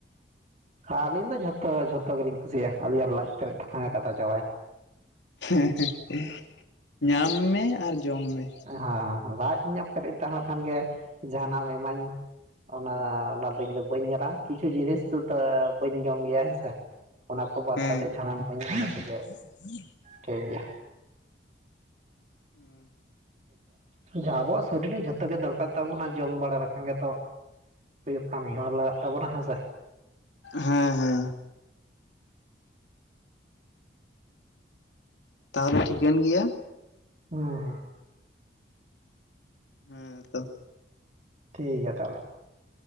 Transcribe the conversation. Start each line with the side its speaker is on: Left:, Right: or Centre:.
Right: ᱟᱹᱞᱤᱧ ᱫᱚ ᱡᱷᱚᱛᱚ ᱡᱷᱚᱛᱚ ᱜᱮᱞᱤᱧ ᱠᱩᱥᱤᱭᱟᱜᱼᱟ᱾ ᱟᱹᱞᱤᱧᱟᱜ ᱞᱟᱡ ᱯᱮᱨᱮᱡ ᱞᱮᱠᱷᱟᱡ ᱠᱟᱛᱷᱟ ᱪᱟᱵᱟᱭᱮᱱᱟ᱾
Left: ᱦᱮᱸ ᱦᱮᱸ ᱧᱟᱢ ᱢᱮ ᱟᱨ ᱡᱚᱢ ᱢᱮ᱾
Right: ᱦᱮᱸ ᱞᱟᱡ ᱤᱧᱟᱜ ᱯᱮᱨᱮᱡ ᱛᱟᱦᱮ ᱞᱮᱱ ᱠᱷᱟᱱ ᱜᱮ ᱡᱟᱦᱟᱱᱟᱜ ᱮᱢ ᱤᱢᱟᱹᱧ, ᱚᱱᱟ ᱚᱱᱟᱫᱚ ᱤᱧ ᱫᱚ ᱵᱟᱹᱧ ᱧᱮᱞᱟ ᱠᱤᱪᱷᱩ ᱡᱤᱱᱤᱥ ᱫᱚ ᱵᱟᱹᱧ ᱡᱚᱢ ᱜᱮᱭᱟ ᱦᱮᱸᱥᱮ᱾ ᱚᱱᱟ ᱠᱚ ᱵᱟᱫ
Left: ᱦᱮᱸ
Right: ᱠᱟᱛᱮᱫ ᱡᱟᱦᱟᱱᱟᱢ ᱤᱢᱟᱹᱧᱼᱟ ᱚᱱᱟ ᱜᱮ
Left: <inaudible>
Right: ᱴᱷᱤᱠ ᱜᱮᱭᱟ᱾
Left: ᱦᱩᱸ,
Right: ᱴᱷᱳᱠᱟ ᱟᱵᱚᱣᱟᱜ ᱥᱚᱨᱤᱨ ᱨᱮ ᱡᱷᱚᱛᱚ ᱜᱮ ᱫᱚᱨᱠᱟᱨ ᱛᱟᱵᱚᱱᱟ ᱡᱚᱢ ᱵᱟᱲᱟ ᱞᱮᱠᱷᱟᱱ ᱜᱮᱛᱚ᱾ ᱦᱩᱭᱩᱜ ᱠᱟᱹᱢᱤ ᱦᱚᱸ ᱞᱟᱜᱟᱜ ᱛᱟᱵᱚᱱᱟ ᱦᱮᱸ ᱥᱮ᱾
Left: ᱦᱮᱸ ᱦᱮᱸ, ᱛᱟᱦᱚᱞᱮ ᱴᱷᱤᱠᱟᱹᱱ ᱜᱮᱭᱟ᱾
Right: ᱦᱮᱸ ᱦᱮᱸ᱾
Left: ᱦᱮᱸ ᱛᱚ,
Right: ᱴᱷᱤᱠ ᱜᱮᱭᱟ ᱛᱟᱦᱚᱞᱮ᱾